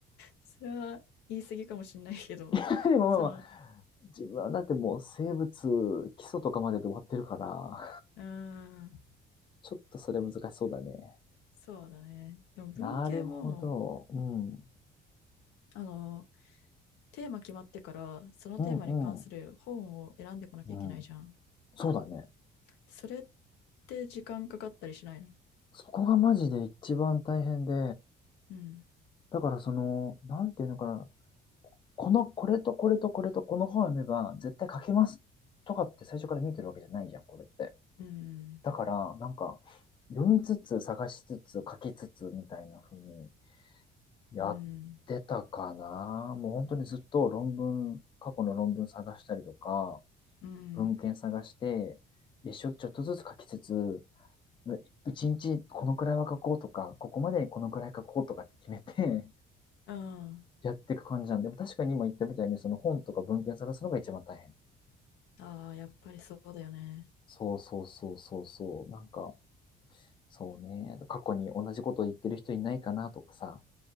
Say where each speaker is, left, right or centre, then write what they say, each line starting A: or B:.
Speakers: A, on the left; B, on the left.
A: それは言い過ぎかもしれないけど、
B: <laughs> でもまあまあ、
A: その、
B: 自分はだってもう生物基礎とかまでで終わってるから、
A: うーん、
B: ちょっとそれ難しそうだね。
A: そうだね。でも文系も、
B: なるほど。うん。
A: あの、テーマ決まってから、そのテーマに関する本を選んでこなきゃいけないじゃん。
B: うんうん。うん。そうだね。
A: それって時間かかったりしないの
B: そこがマジで一番大変で、
A: うん、
B: だからその、なんていうのかな。この、これとこれとこれとこの本を読めば絶対書けますとかって最初から見てるわけじゃないじゃん、これって。
A: うん、
B: だから、なんか、読みつつ、探しつつ、書きつつ、みたいな風にやってたかな。
A: うん、
B: もう本当にずっと論文、過去の論文探したりとか、
A: うん、
B: 文献探して、一生ちょっとずつ書きつつ、一日このくらいは書こうとか、ここまでにこのくらい書こうとかって決めて
A: うん。
B: <laughs> やっていく感じなんで、でも確かに今言ったみたいに、その本とか文献探すのが一番大変。
A: ああ、やっぱりそうだよね。
B: そうそうそうそうそう。なんか、そうね。過去に同じことを言ってる人いないかなとかさ、